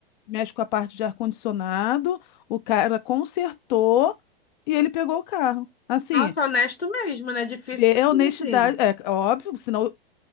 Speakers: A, on the left; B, on the left.
A: mexe com a parte de ar-condicionado, o cara consertou e ele pegou o carro. Assim...
B: Nossa, honesto mesmo, né? Difícil
A: É é
B: saber
A: honestidade,
B: assim.
A: é é óbvio, senão,